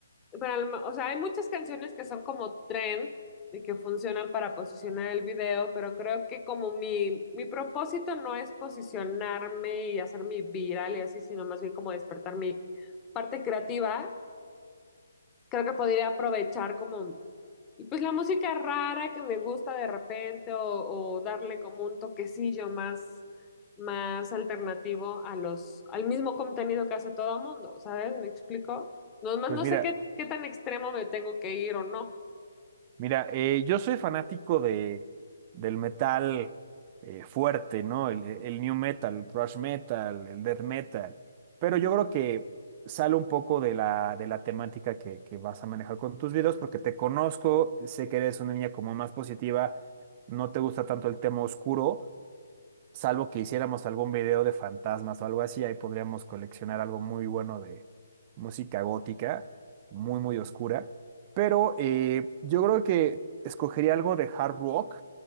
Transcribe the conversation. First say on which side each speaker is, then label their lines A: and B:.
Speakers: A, on the left; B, on the right.
A: pero al- ma- o sea, hay muchas canciones que son como trend y que funcionan para posicionar el video, pero creo que como mi, mi propósito no es posicionarme y hacerme viral y así, sino más bien como despertar mi parte creativa. creo que podría aprovechar como, pues la música rara que me gusta de repente o, o darle como un toquecillo más, más alternativo a los, al mismo contenido que hace todo el mundo, ¿sabes? ¿Me explico? Nomás
B: Pues
A: no
B: mira,
A: sé qué, qué tan extremo me tengo que ir o no.
B: Mira, eh, yo soy fanático de, del metal eh, fuerte, ¿no? El, e, el new metal, el thrash metal, el death metal. Pero yo creo que sale un poco de la, de la temática que, que vas a manejar con tus videos, porque te conozco, sé que eres una niña como más positiva, no te gusta tanto el tema oscuro, salvo que hiciéramos algún video de fantasmas o algo así, ahí podríamos coleccionar algo muy bueno de música gótica, muy, muy oscura. Pero eh, yo creo que escogería algo de hard rock,